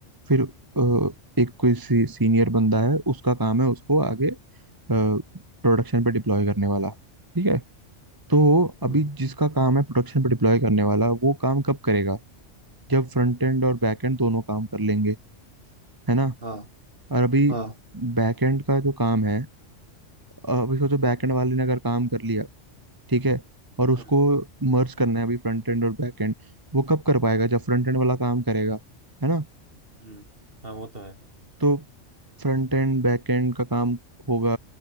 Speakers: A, on the right; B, on the right.
A: फिर अ, एक कोई सी, सीनियर बंदा है उसका काम है उसको आगे प्रोडक्शन पे डिप्लॉय करने वाला ठीक है
B: हम्म
A: तो अभी
B: हम्म,
A: जिसका काम है प्रोडक्शन पे डिप्लॉय करने वाला वो काम कब करेगा जब फ्रंट एंड और बैक एंड दोनों काम कर लेंगे है ना
B: हाँ
A: और अभी
B: हाँ
A: बैक एंड का जो काम है अ, अभी सोचो बैक एंड वाले ने अगर काम कर लिया ठीक है और उसको
B: हम्म
A: मर्ज करना है अभी फ्रंट एंड और बैक एंड वो कब कर पाएगा जब फ्रंट एंड वाला काम करेगा है ना
B: हम्म, हाँ वो तो है
A: तो फ्रंट एंड बैक एंड का काम होगा